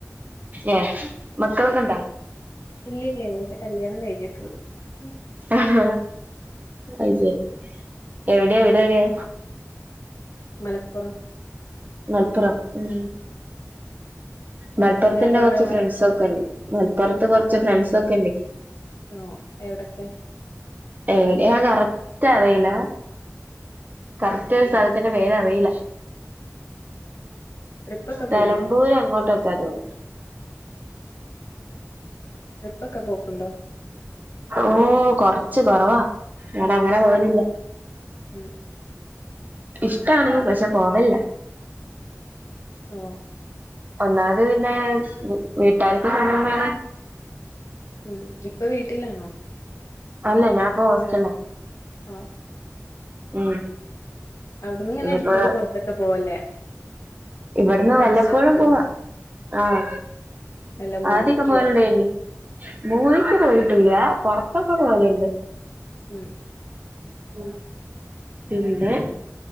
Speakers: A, on the right; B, on the left.
A: എ മക്കളൊക്കെ ഇണ്ടാ
B: ഇല്ലില്ല എന്റെ കല്യാണം കഴിഞ്ഞിട്ടുള്ളൂ ഉം.
A: ഹാ ഹ അതുശരി വീടെവിടെയാ
B: മലപ്പുറം
A: മലപ്പുറം ഉം മലപ്പുറത്തിന്റെ
B: ഇയാൾ എവിടെള്ളെ
A: കുറച്ച് ഫ്രണ്ട്‌സ് ഒക്കെ ഉണ്ട് മലപ്പുറത്ത് കുറച്ച് ഫ്രണ്ട്സ് ഒക്കെ ഉണ്ട്
B: ഓ എവിടൊക്കെ
A: എവിടെയാണെന്ന് കറക്റ്റ് അറിയില്ല കറക്റ്റ്
B: ഉം
A: സ്ഥലത്തിന്റെ പേര് അറിയില്ല
B: ട്രിപ്പൊക്കെ
A: നെലബൂരു
B: പോയിണോ
A: അങ്ങോട്ടേക്കയാണ് തോന്നു
B: ട്രിപ്പൊക്കെ പോക്കണ്ടോ
A: ഓ കൊറച്ച് കൊറവാ ഞാ അങ്ങനെ പോകുന്നില്ല
B: ഉം
A: ഇഷ്ടാണ് പക്ഷെ പോവലില്ല
B: ഹ
A: ഒന്നാമത് പിന്നെ വീട്ടാർക്ക് സമയം വേണം
B: ഉം ഇപ്പൊ വീട്ടിലാണോ
A: അല്ല ഞാനിപ്പോ ഹോസ്റ്റലിലാ
B: ആഹ
A: ഉം
B: അവിടന്ന് ഇങ്ങനെ
A: ഇനിയിപ്പോ
B: എടുക്കെടുക്കു പുറത്തൊക്കെ പോവല്ലേ
A: ഇവിടുന്ന്
B: ഫ്രണ്ട്സൊത്ത്
A: വല്ലപ്പോഴും പോവാ ആഹ
B: വല്ല മൂവിക്കോ
A: ആദ്യൊക്കെ പോകലെണ്ടന്ന് മൂവിക്ക് പോയിട്ടില്ല പൊറത്തൊക്കെ പോകലെണ്ട്
B: ഉം
A: ഉം പിന്നെ